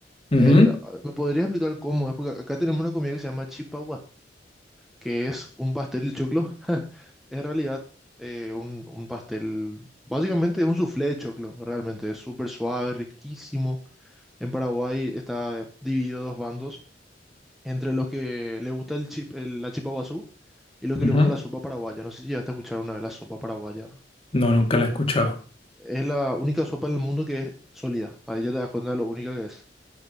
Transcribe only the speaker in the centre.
Eh, ¿me podrías explicar cómo es? Porque acá tenemos una comida que se llama chipa que es un pastel de choclo. <laughs> En realidad, eh, un, un pastel, básicamente es un soufflé de choclo, realmente es súper suave, riquísimo. En Paraguay está dividido dos bandos, entre los que le gusta el chip, el- la chipa guazú y los que
le gusta la sopa paraguaya. No sé si llegaste a escuchar una de la sopa paraguaya.
Es la única sopa en el mundo que es sólida. Ahí ya te das cuenta de lo única que es.